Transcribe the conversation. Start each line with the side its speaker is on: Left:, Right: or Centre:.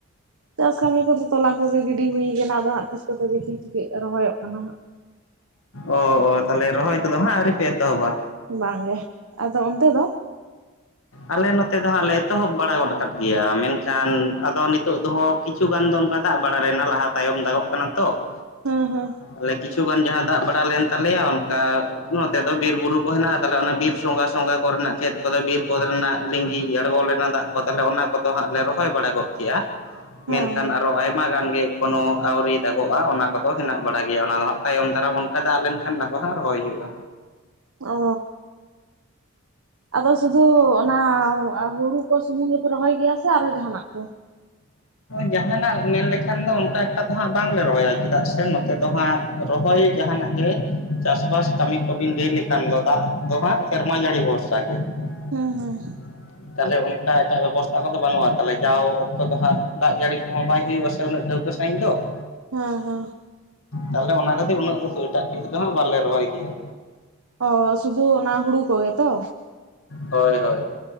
Right: ᱪᱟᱥ ᱠᱟᱹᱢᱤ ᱠᱚᱫᱚ ᱛᱚᱞᱟ ᱠᱚ ᱜᱮ ᱜᱤᱰᱤ ᱦᱩᱭ ᱠᱟᱱᱟ ᱾ ᱟᱫᱚ ᱦᱟᱸᱜ ᱛᱤᱥ ᱠᱚᱛᱮ ᱫᱮᱠᱷᱤ ᱪᱤᱠᱟᱹᱜ ᱨᱚᱦᱚᱭᱚᱜ ᱠᱟᱱᱟ ᱦᱟᱸᱜ?
Left: ᱚ ᱚ ᱛᱟᱦᱚᱞᱮ ᱨᱚᱦᱚᱭ ᱠᱚᱫᱚ ᱦᱟᱸᱜ ᱟᱹᱣᱨᱤ ᱯᱮ ᱮᱛᱚᱦᱚᱵᱟ?
Right: ᱵᱟᱝ ᱜᱮ, ᱟᱫᱚ ᱚᱱᱛᱮ ᱫᱚ?
Left: ᱟᱞᱮ ᱱᱚᱛᱮ ᱫᱚ ᱦᱟᱸᱜ ᱞᱮ ᱮᱛᱚᱦᱚᱵ ᱵᱟᱲᱟ ᱜᱚᱫ ᱠᱟᱜ ᱜᱮᱭᱟ ᱾ ᱢᱮᱱᱠᱷᱟᱱ ᱟᱫᱚ ᱱᱤᱛᱚᱜ ᱫᱚᱦᱚ ᱠᱤᱪᱷᱩ ᱜᱟᱱ ᱫᱚ ᱚᱱᱠᱟ ᱫᱟᱜ ᱵᱟᱲᱟ ᱨᱮᱱᱟ, ᱞᱟᱦᱟ ᱛᱟᱭᱚᱢ ᱫᱟᱜᱚᱜ ᱠᱟᱱᱟ ᱛᱚ ᱾
Right: ᱦᱮᱸ ᱦᱮᱸ ᱾
Left: ᱟᱞᱮ ᱠᱤᱪᱷᱩ ᱜᱟᱱ ᱡᱟᱦᱟᱸ ᱫᱟᱜ ᱵᱟᱲᱟ ᱞᱮᱱ ᱛᱟᱞᱮᱭᱟ ᱚᱱᱠᱟ, ᱱᱚᱛᱮ ᱫᱚ ᱵᱤᱨ ᱵᱩᱨᱩ ᱠᱚ ᱦᱮᱱᱟᱜᱼᱟ ᱾ ᱛᱟᱦᱞᱮ ᱚᱱᱟ ᱵᱤᱨ ᱥᱚᱸᱜᱷᱟ ᱥᱚᱸᱜᱷᱟ ᱠᱚ ᱨᱮᱱᱟᱜ ᱠᱷᱮᱛ ᱠᱚᱫᱚ ᱵᱤᱨ ᱠᱚ ᱨᱮᱱᱟᱜ ᱞᱤᱸᱜᱤ ᱟᱬᱜᱚ ᱞᱮᱱᱟ ᱫᱟᱜ ᱠᱚ, ᱛᱟᱞᱦᱮ ᱚᱱᱟ ᱠᱚᱫᱚ ᱦᱟᱸᱜ ᱞᱮ ᱨᱚᱦᱚᱭ ᱵᱟᱲᱟ ᱜᱚᱫ ᱠᱮᱜᱼᱟ ᱾
Right: ᱦᱮᱸ
Left: ᱢᱮᱱᱠᱷᱟᱱ
Right: ᱦᱮᱸ
Left: ᱟᱨᱚ ᱟᱭᱢᱟ ᱜᱟᱱ ᱜᱮ ᱠᱳᱱᱳ ᱟᱹᱣᱨᱤ ᱫᱟᱜᱚᱜᱼᱟ ᱚᱱᱟ ᱠᱚᱫᱚ ᱦᱮᱱᱟᱜ ᱵᱟᱲᱟ ᱜᱮᱭᱟ ᱾ ᱚᱱᱟ ᱫᱚ ᱦᱟᱸᱜ ᱛᱟᱭᱚᱢ ᱫᱟᱨᱟᱢ ᱚᱱᱠᱟ ᱫᱟᱜ ᱞᱮᱱᱠᱷᱟᱱ, ᱚᱱᱟ ᱠᱚ ᱦᱟᱸᱜ ᱨᱚᱦᱚᱭ ᱦᱩᱭᱩᱜᱼᱟ᱾
Right: ᱚᱻ ᱟᱫᱚ ᱥᱩᱫᱩ ᱚᱱᱟᱻ ᱦᱩᱲᱩ ᱠᱚ ᱥᱩᱢᱩᱝ ᱜᱮᱯᱮ ᱨᱚᱦᱚᱭ ᱜᱮᱭᱟ ᱥᱮ ᱟᱨᱚ ᱡᱟᱦᱟᱱᱟᱜ ᱠᱚ?
Left: ᱡᱟᱦᱟᱱᱟᱜ ᱢᱮᱱ ᱞᱮᱠᱷᱟᱱ ᱫᱚ ᱚᱱᱠᱟ ᱮᱴᱟᱜ ᱫᱚ ᱦᱟᱸᱜ ᱵᱟᱝ ᱞᱮ ᱨᱚᱦᱚᱭᱟ ᱾ ᱪᱮᱫᱟᱜ ᱥᱮ ᱱᱚᱛᱮ ᱫᱚ ᱦᱟᱸᱜ ᱨᱚᱦᱚᱭ ᱡᱟᱦᱟᱱᱟᱜ ᱜᱮ ᱪᱟᱥᱵᱟᱥ ᱠᱟᱹᱢᱤ ᱠᱚ ᱵᱤᱱ ᱞᱟᱹᱭ ᱞᱮᱠᱷᱟᱱ ᱫᱚ, ᱫᱟᱜ ᱫᱚ ᱦᱟᱸᱜ ᱥᱮᱨᱢᱟ ᱡᱟᱹᱲᱤ ᱵᱷᱚᱨᱥᱟ ᱜᱮ
Right: ᱦᱩᱸ ᱦᱩᱸ
Left: ᱾ ᱛᱟᱞᱦᱮ ᱚᱱᱠᱟ ᱮᱴᱟᱜ ᱵᱮᱵᱚᱥᱛᱷᱟ ᱠᱚᱫᱚ ᱵᱟᱹᱱᱩᱜᱼᱟ ᱛᱟᱞᱦᱮ ᱡᱟᱣ ᱠᱚ ᱫᱚ ᱦᱟᱸᱜ ᱫᱟᱜ ᱡᱟᱹᱲᱤ ᱠᱚᱦᱚᱸ ᱵᱟᱭ ᱦᱩᱭᱩᱜᱼᱟ ᱥᱮ ᱩᱱᱟᱹᱜ ᱴᱷᱟᱹᱣᱠᱟᱹ ᱥᱟᱺᱦᱤᱡ ᱫᱚ ᱾
Right: ᱦᱮᱸ ᱦᱮᱸ
Left: ᱛᱟᱦᱞᱮ ᱚᱱᱟ ᱠᱷᱟᱹᱛᱤᱨ ᱩᱱᱟᱹᱜ ᱦᱩ ᱫᱚ ᱮᱴᱟᱜ ᱯᱤᱥ ᱫᱚᱦᱟᱸᱜ ᱵᱟᱞᱮ ᱨᱚᱦᱚᱭ ᱜᱮᱭᱟ
Right: ᱚ ᱥᱩᱫᱩ ᱚᱱᱟ ᱦᱩᱲᱩ ᱠᱚᱜᱮ ᱛᱚ?
Left: ᱦᱳᱭ ᱦᱳᱭ